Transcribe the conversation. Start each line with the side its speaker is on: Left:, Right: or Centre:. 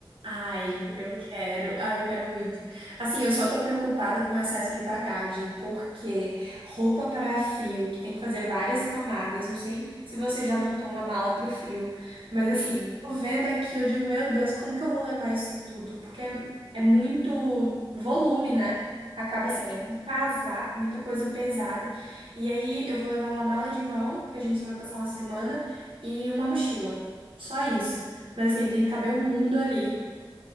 Right: Ai,
Left: Acho que
Right: eu quero, ai, eu quero muito. Assim, eu só tô preocupada com o excesso de bagagem, porque roupa para frio, que tem que fazer várias camadas, não sei se você já montou uma mala pro frio, mas assim,
Left: sim.
Right: tô vendo aqui, eu digo, meu Deus, como que eu vou levar isso tudo? Porque é, é muito volume, né? Acaba
Left: É.
Right: sendo um casaco, muita coisa pesada. E aí eu vou levar uma mala de mão, porque a gente só vai passar uma semana, e uma mochila. Só isso. Mas assim, tem que caber o mundo ali.